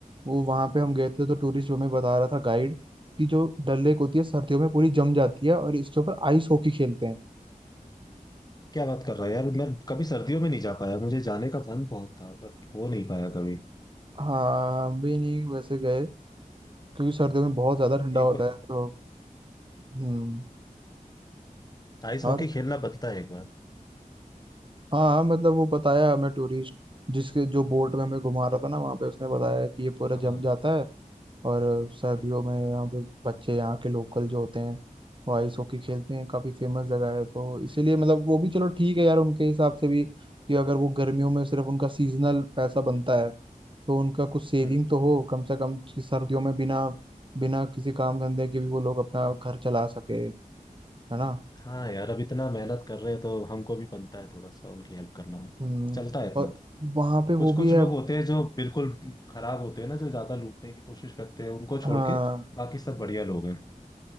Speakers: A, on the right; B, on the left.
A: वो वहाँ पे हम गए थे तो टूरिस्ट हमें बता रहा था गाइड कि जो डल लेक होती है सर्दियों में पूरी जम जाती है और इसके ऊपर आइस हॉकी खेलते हैं
B: क्या बात कर रहा है यार मैं कभी सर्दियों में नहीं जा पाया मुझे जाने का मन बहुत था बट हो नहीं पाया कभी
A: हाँ हम भी नहीं वैसे गए क्योंकि सर्दियों में बहुत ज्यादा ठंडा
B: एक
A: होता
B: बार
A: है तो हम्म
B: आइस
A: और
B: हॉकी खेलना बनता है एक बार
A: हाँ हाँ, मतलब वो बताया हमें टूरिस्ट जिसके जो बोट में हमें घुमा रहा था ना वहाँ पे उसने बताया कि ये पूरा
B: हाँ
A: जम
B: हाँ
A: जाता है और सर्दियों
B: हम्म
A: में यहाँ पे बच्चे यहाँ के लोकल जो होते हैं वो आइस हॉकी खेलते हैं काफी फेमस जगह है तो इसीलिए मतलब वो भी चलो ठीक है यार उनके हिसाब से भी कि अगर वो गर्मियों में सिर्फ उनका सीजनल पैसा बनता है तो उनका कुछ सेविंग
B: हम्म
A: तो हो कम से कम कि सर्दियों में बिना बिना किसी काम धंधे के भी वो लोग अपना घर चला सके है ना
B: हाँ यार अब इतना मेहनत कर रहे हैं तो हमको भी बनता है थोड़ा सा उनकी हेल्प करना
A: हम्म
B: चलता है इतना
A: और वहाँ पे
B: कुछ
A: वो
B: कुछ
A: भी है
B: लोग होते हैं जो बिल्कुल खराब होते हैं ना जो ज्यादा लूटने की कोशिश करते हैं उनको छोड़
A: हाँ
B: के बाकी सब बढ़िया लोग हैं